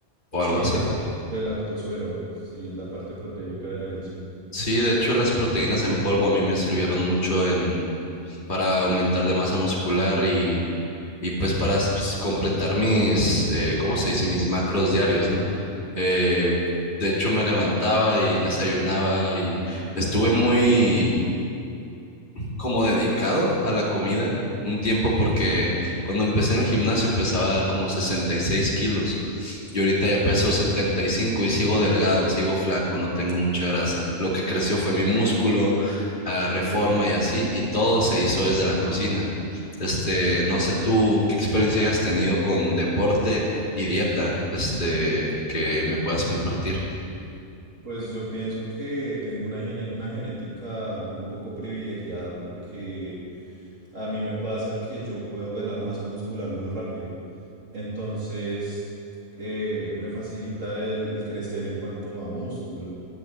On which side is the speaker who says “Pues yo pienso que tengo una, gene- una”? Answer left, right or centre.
Right